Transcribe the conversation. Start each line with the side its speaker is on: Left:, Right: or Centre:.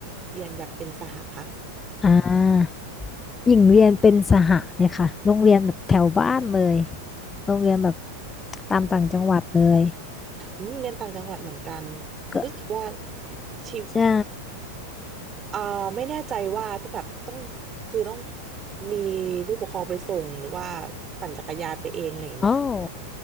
Right: เรียนแบบเป็นสหคะ
Left: อ่าหญิงเรียนเป็นสหเลยค่ะโรงเรียนแบบแถวบ้านเลยโรงเรียนแบบตามต่างจังหวัดเลย
Right: อืมเรียนต่างจังหวัดเหมือนกัน
Left: ก็
Right: รู้สึกว่าชีวิต
Left: ใช่
Right: เอ่อไม่แน่ใจว่าต้องแบบต้องคือต้องมีผู้ปกครองไปส่งหรือว่าปั่นจักรยานไปเองอะไรอย่างเงี้ยไหมคะ
Left: โอ้าว